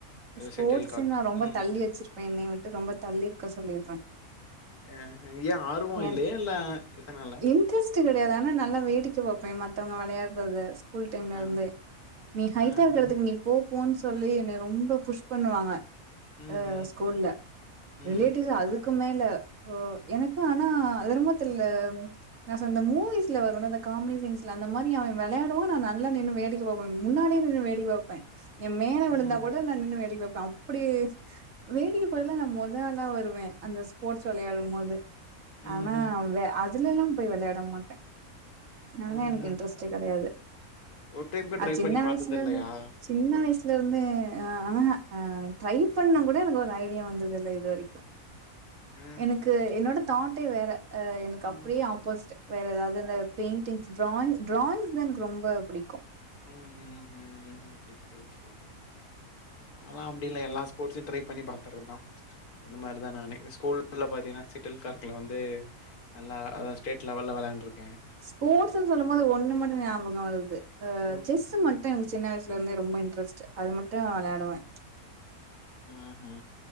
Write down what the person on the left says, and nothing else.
ஏதோ
ஷட்டில் கார்க்.
ம்.
அஹ் ஏ ஆர்வோ
இல்லயா இல்ல எதனால?
ஆ.
ஆஹ.
ம்ஹ்ம்.
ம்.
ம்.
ம்ஹ்ம்.
ம்ஹ்ம்.
ஒரு டைம் கூட ட்ரை
பண்ணி பார்த்தது
இல்லையா?
ஒரு
ம்ஹ்ம்.
ம்.
ம் ம் ம் ம் ஓகே ஓகே ஓகே நாலா அப்டி இல்ல எல்லா ஸ்போர்ட்ஸும் ட்ரை பண்ணி பாத்துர்றதா அந்த மார்தா நானு ஸ்கூல்ல பாத்திங்கனா செட்டில் கார்க்ல வந்து நல்லா அதாவது ஸ்டேட் லெவல்ல விளாண்ருக்
ம்.
ம் ஹும்